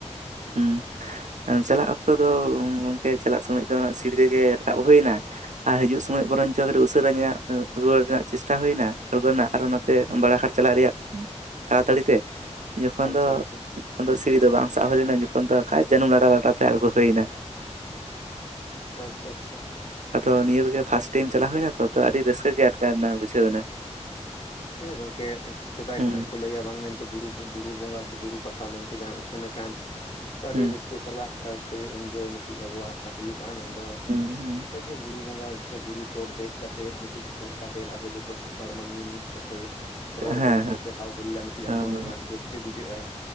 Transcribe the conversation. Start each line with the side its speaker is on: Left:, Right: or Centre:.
Right: ᱦᱩᱸ ᱪᱟᱞᱟᱜ ᱚᱠᱛᱚ ᱫᱚ ᱜᱚᱝᱠᱮ ᱪᱟᱞᱟᱜ ᱥᱚᱢᱚᱭ ᱫᱚ ᱥᱤᱲᱤ ᱛᱮ ᱜᱮ ᱨᱟᱠᱟᱵ ᱦᱩᱭᱱᱟ ᱟᱨ ᱦᱤᱡᱩᱜ ᱥᱚᱢᱚᱭ ᱵᱚᱨᱚᱱᱼᱼ <unintelligible> ᱩᱥᱟᱹᱨᱟᱧᱟᱜ ᱨᱩᱣᱟᱹᱲ ᱨᱮᱱᱟᱜ ᱪᱮᱥᱴᱟ ᱦᱩᱭᱱᱟ ᱨᱩᱣᱟᱹᱲ ᱨᱮᱱᱟᱜ ᱟᱨᱦᱚᱸ ᱱᱚᱛᱮ ᱵᱟᱲᱟ ᱜᱷᱟᱴ ᱪᱟᱞᱟᱜ ᱨᱮᱭᱟᱜᱼᱼ ᱛᱟᱲᱟ ᱛᱟᱲᱤ ᱛᱮᱼᱼ ᱡᱚᱠᱷᱚᱱ
Left: ᱟᱪᱪᱷᱟ
Right: ᱫᱚ
Left: ᱟᱪᱪᱷᱟ
Right: ᱛᱚᱠᱷᱚᱱ ᱫᱚ ᱥᱤᱲᱤ ᱫᱚ ᱵᱟᱝ ᱥᱟᱵ ᱦᱩᱭ ᱞᱮᱱᱟ ᱡᱚᱠᱷᱚᱱ ᱫᱚ ᱠᱟᱡ ᱡᱟᱹᱱᱩᱢ ᱞᱟᱴᱟ ᱞᱟᱴᱟ ᱛᱮ ᱟᱬᱜᱚ ᱦᱩᱭᱱᱟ᱾
Left: ᱟᱪᱪᱷᱟ ᱟᱪᱪᱷᱟᱼᱼ
Right: ᱟᱫᱚ ᱱᱤᱭᱟᱹ ᱨᱮᱜᱮ ᱯᱷᱟᱥᱴ ᱴᱟᱭᱤᱢ ᱪᱟᱞᱟᱣ ᱦᱩᱭᱱᱟ ᱛᱚ ᱛᱚ ᱟᱹᱰᱤ ᱨᱟᱹᱥᱠᱟᱹ ᱜᱮ ᱟᱴᱠᱟᱨ ᱮᱱᱟ ᱵᱩᱡᱷᱟᱹᱣ ᱮᱱᱟ
Left: ᱦᱮᱸ ᱜᱚᱝᱠᱮ ᱥᱮᱫᱟᱭ
Right: ᱦᱩᱸ
Left: ᱠᱷᱚᱱᱟᱜ ᱠᱚ ᱞᱟᱹᱭᱟ ᱵᱟᱝ ᱢᱮᱱᱼᱼ ᱵᱩᱨᱩ ᱵᱩᱨᱩ ᱵᱚᱸᱜᱟ ᱥᱮ ᱵᱩᱨᱩ ᱯᱟᱛᱟ ᱢᱮᱱ ᱛᱮ ᱡᱟᱦᱟᱸ ᱩᱪᱷᱟᱹᱱ ᱟᱠᱟᱱ ᱟᱹᱰᱤ
Right: ᱦᱩᱸ
Left: ᱨᱟᱹᱥᱠᱟᱹᱼᱼ ᱨᱟᱹᱥᱠᱟᱹ ᱥᱟᱞᱟᱜ ᱛᱮ ᱤᱱᱡᱚᱭ ᱢᱤᱫᱴᱤᱡ ᱟᱵᱚᱣᱟᱜ ᱦᱩᱭᱩᱜᱼᱟ ᱢᱮᱱᱫᱚ
Right: ᱦᱩᱸ ᱦᱩᱸ
Left: ᱚᱸᱰᱮ ᱡᱮ ᱵᱩᱨᱩ ᱵᱚᱸᱜᱟᱼᱼ ᱥᱮ ᱵᱩᱨᱩ ᱪᱚᱴ ᱫᱮᱡ ᱠᱟᱛᱮᱫ ᱢᱤᱫᱴᱤᱡ ᱦᱚᱲ ᱜᱟᱫᱮᱞ ᱟᱵᱚ ᱡᱚᱛᱚ ᱥᱟᱱᱛᱟᱲ ᱢᱟᱹᱱᱢᱤ ᱢᱤᱫ ᱠᱟᱛᱮᱫᱼᱼ ᱨᱚᱲ
Right: ᱦᱮᱸ
Left: ᱜᱚᱞᱯᱚ ᱥᱮ ᱦᱟᱣ ᱦᱩᱞᱞᱟ ᱢᱤᱫᱴᱤᱡ
Right: ᱦᱮᱸ
Left: ᱟᱸᱡᱚᱢᱚᱜᱼᱟ ᱟᱹᱰᱤ ᱨᱟᱹᱥᱠᱟᱹ ᱵᱩᱡᱷᱟᱹᱜᱼᱟ